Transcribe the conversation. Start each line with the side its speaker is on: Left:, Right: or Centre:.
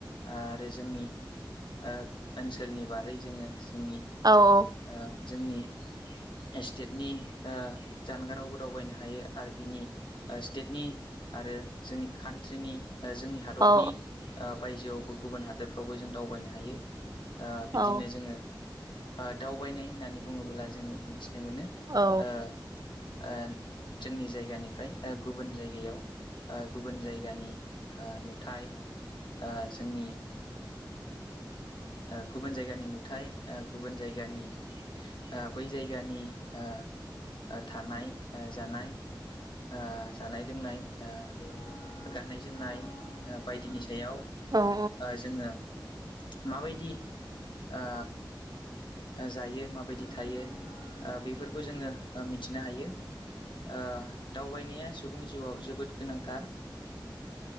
Left: आरो जोंनि आ, ओनसोलनि बारै जोङो जोंनि
Right: औ-औ
Left: ओ जोंनि स्टेटनि आ, जानगारावबो दावबायनो हायो आरो बिनि स्टेटनि आरो जोंनि कान्ट्रिनि जोंनि हादरनि
Right: औ
Left: बायजोआवबो गुबुन हादोरफ्रावबो जों दावबायनो हायो ओ बिदिनो
Right: औ
Left: जोङो दावबायनाय होननानै बुङोब्ला जोङो मिथिनो मोनो
Right: औ
Left: ओ ओ जोंनि जायगानिफ्राय गुबुन जायगायाव गुबुन जायगानि नुथाय ओ जोंनि ओ गुबुन जायगानि नुथाय ओ गुबुन जायगा जागानि ओ बै जायगानि ओ थानाय जानाय ओ जानाय लोंनाय ओ गाननाय जोमनाय बायदिनि सायाव सायाव
Right: औ
Left: जोङो माबायदि ओ जायो माबायदि थायो बेफोरखौ जोङो मिथिनो हायो ओ दावबायनाया सुबुंनि जिउआव जोबोद गोनांथार